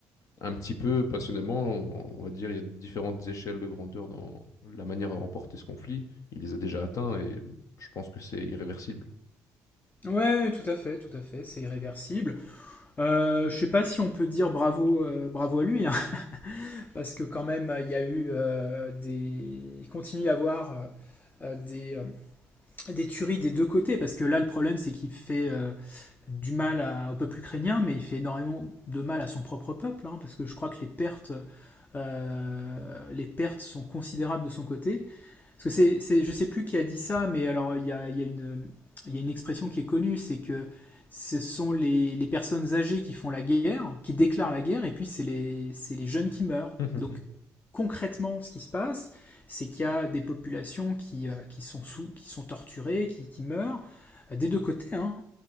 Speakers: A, on the left; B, on the left.
A: un petit peu passionnément, on va dire, il y a différentes échelles de grandeur dans la manière de remporter ce conflit. Il les a déjà atteints et je pense que c'est irréversible.
B: Ouais, tout à fait, tout à fait, c'est irréversible. Euh, je sais pas si on peut dire bravo, euh, bravo à lui, hein, <laughs> parce que quand même, il y a eu euh, des, il continue à y avoir euh, euh, des euh, des tueries des deux côtés, parce que là, le problème, c'est qu'il fait euh, du mal à- au peuple ukrainien, mais il fait énormément de mal à son propre peuple, hein, parce que je crois que les pertes, euh, les pertes sont considérables de son côté. Parce que c'est, c'est- je sais plus qui a dit ça, mais alors il y a, il y a une, il y a une expression qui est connue, c'est que ce sont les, les personnes âgées qui font la guerre, qui déclarent la guerre, et puis c'est les, c'est les jeunes qui meurent.
A: <laughs>
B: Donc Concrètement, ce qui se passe, c'est qu'il y a des populations qui, euh, qui sont sous, qui sont torturées, qui, qui meurent, euh, des deux côtés. hein.